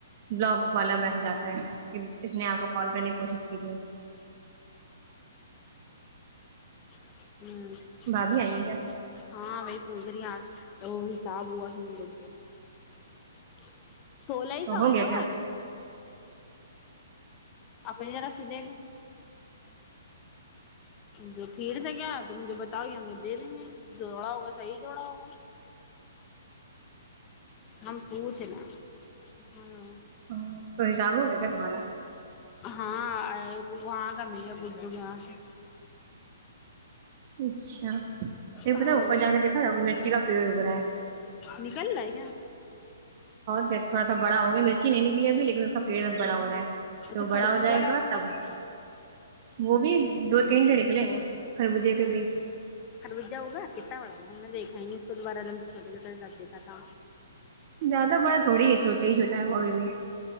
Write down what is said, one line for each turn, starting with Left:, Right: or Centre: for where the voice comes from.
Right: بلاک والا میسج آتا ہے کہ اس نے آپ کو کال کرنے کی کوشش کی تھی
Left: <inaudible> ہمم اچھا
Right: بھابھی آئی ہیں کیا
Left: ہاں بھائی پوج رہی آج تو وہ حساب ہوا کہ نہیں گڈے کا <inaudible> سولہ ہی
Right: تو
Left: سو
Right: ہو
Left: یے
Right: گیا
Left: نا
Right: کیا
Left: بابی اپنی را س د جو پھر سے کیا ت مجھے بتاؤ دے دیں گے جوڑا ہوگا صحیح جوڑا ہوگا ہم پوج نا ہلو
Right: ہمم تو حساب ہو گ کیا تمہارا
Left: ہاں وہاں کا ملیا بج کہ یہاں سے
Right: اچھا اچھا یہ
Left: ہاں
Right: پتا اوپر جا کے دیکھا تھا مرچی کا پیڑ ہوگ رہا ہے
Left: نکل رہا ہے کیا
Right: بہ تھوڑا سا بڑا ہو گیا مرچی نہیں نکلی ابھی لیکن اس کا پیڑ بڑا ہو رہا ہے
Left: اور جو
Right: وہ
Left: خربوزہ
Right: بڑا ہو جائے
Left: لگا
Right: گا
Left: ہوا
Right: تب
Left: تھا
Right: وہ بھی دو تین سے نکلے ہیں خر مھے کبھی
Left: خربو جا ہوا کتا والا وہا ہم نے دیکا ہی نہیں اس کو دوبارہ ل چھوٹے چھوٹے ساتھ دیکا تھا
Right: زیادہ بڑا تھوڑی ہے چوٹا ہی چھٹا ہے وہ ابھی بھی